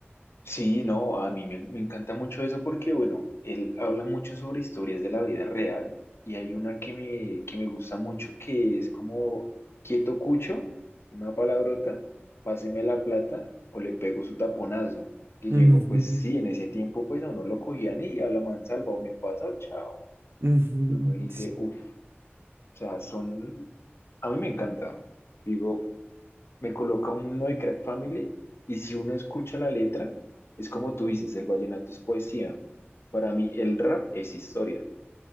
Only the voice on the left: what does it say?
Sí, no, a mí me, me encanta mucho eso porque, bueno, él habla mucho sobre historias de la vida real y hay una que me, que me gusta mucho que es como quieto cucho, una palabrota, páseme la plata o le pego su taponazo. Que
yo digo, pues sí, en ese tiempo pues a uno lo cogían y a la mansalva o me pasa o chao.
Y uno dice, uff, o sea, son, a mí me encanta. Digo, me coloca uno de Crack Family y si uno escucha la letra, es como tú dices, el vallenato es poesía. Para mí el rap es historia.